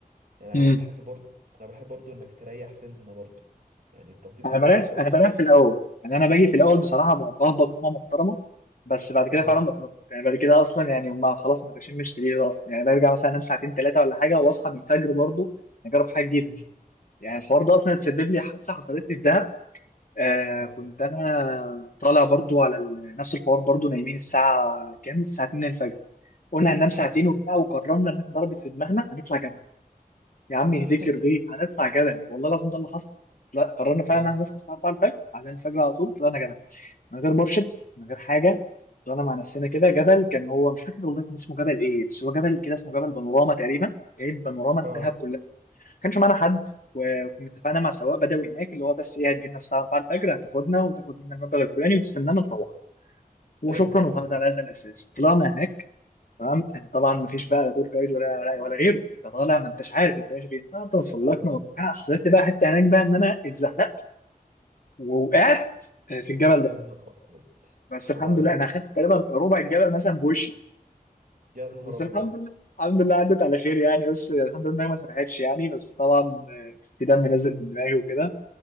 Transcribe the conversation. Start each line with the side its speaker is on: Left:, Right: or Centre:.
Right: يعني
Left: مم.
Right: انا بحب برضو انا بحب برضو انك تريح سنه برضو يعني التنطيط
Left: أنا
Right: الجامد
Left: بلاش
Right: قوي
Left: أنا
Right: في السفر
Left: بلاش في الأول يعني أنا باجي في الأول بصراحة ب- بهبط نومة محترمة بس بعد كده
Right: اه
Left: فعلا بتنطط يعني بعد كده أصلا يعني هما خلاص ما بشمش سرير أصلا يعني برجع مثلا أنام ساعتين ثلاثة ولا حاجة وأصحى من الفجر برضه أجرب حاجة جديدة
Right: مم.
Left: يعني الحوار ده أصلا اتسبب لي حادثة حصلت لي في دهب آه
Right: اه
Left: كنت أنا طالع برضه على ال- نفس الحوار برضه نايمين الساعة كام؟ الساعة 2 الفجر قلنا هننام ساعتين
Right: اه
Left: وبتاع وقررنا ان احنا ضربت في دماغنا هنطلع جبل يا عم يهديكر
Right: <laughs>
Left: ليه هنطلع جبل والله لازم ده اللي حصل لا قررنا فعلا
Right: اه
Left: ان احنا نصحى الساعه 4 الفجر بعدين الفجر على طول طلعنا جبل من غير مرشد من غير حاجه طلعنا مع نفسنا كده جبل كان هو مش فاكر والله كان اسمه جبل ايه بس هو جبل كده اسمه جبل بانوراما تقريبا جايب بانوراما الدهب
Right: اه
Left: كلها ما كانش معانا حد وكنا اتفقنا مع سواق بدوي هناك اللي هو بس ايه هتجيلنا الساعه 4 الفجر هتاخدنا وتاخد منا المبلغ الفلاني وتستنانا تروح وشكرا
Right: ايوه ايوه
Left: وهذا
Right: فاهم
Left: على هذا الاساس طلعنا هناك تمام آه، طبعا مفيش بقى لا تور جايد ولا ولا ولا غيره انت طالع ما انتش عارف انت ماشي فين طب تسلقنا
Right: اه
Left: وبتاع حصلت لي بقى حته هناك بقى ان انا اتزحلقت ووقعت آه، في الجبل ده
Right: يا نهار ابيض
Left: بس الحمد
Right: وبعدين
Left: لله انا اخدت تقريبا ربع الجبل مثلا بوشي
Right: يا نهار
Left: بس
Right: ابيض
Left: الحمد لله الحمد لله عدت على خير يعني بس الحمد لله إنها ما اتفتحتش يعني بس طبعا آه، في دم نازل من دماغي وكده